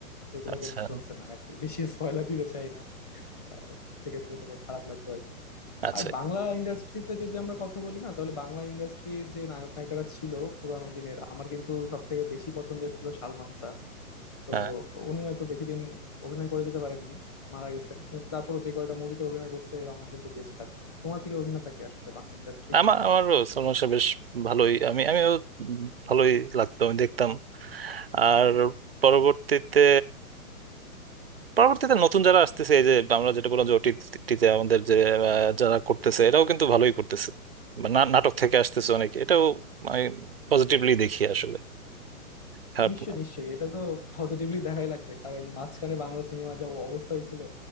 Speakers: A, on the left (about 15°); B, on the right (about 45°).
A: যেগুলো
B: আচ্ছা
A: গেম অফ থ্রোনস এ নাই আর কি বেশি স্পয়লার দিতে চাই না আহ, সেক্ষেত্রে তোমার খারাপ লাগবে হয়তো
B: আচ্ছা
A: আর বাংলা ইন্ডাস্ট্রিতে যদি আমরা কথা বলি না তাহলে বাংলা ইন্ডাস্ট্রির যে নায়ক নায়িকারা ছিল পুরানো দিনের আমার কিন্তু সব থেকে বেশি পছন্দের ছিল সালমান শাহ তো
B: হ্যাঁ।
A: উনি হয়তো বেশি দিন অভিনয় করে যেতে পারেননি মারা গেছেন কিন্তু তারপরও যে কয়টা মুভিতে অভিনয় করছে আমার কিন্তু বেস্ট লাগছে তোমার প্রিয় অভিনেতা কি আসলে বাংলা ইন্ডাস্ট্রি
B: আমার আমারও সলমান শাহ বেশ ভালোই আমি আমিও ভালোই লাগতো আমি দেখতাম আর পরবর্তীতে পরবর্তীতে নতুন যারা আসতেছে এই যে আমরা যেটা বললাম যে ওটিটিতে আমাদের যে আহ, যারা করতেছে এরাও কিন্তু ভালোই করতেছে বা না- নাটক থেকে আসতেছে অনেকে এটাও আমি পজিটিভলি দেখি আসলে খারাপ
A: নিশ্চয়ই
B: না
A: নিশ্চয়ই এটা তো পজিটিভলি দেখাই লাগবে কারণ মাঝখানে বাংলা সিনেমা যা অবস্থা হয়েছিল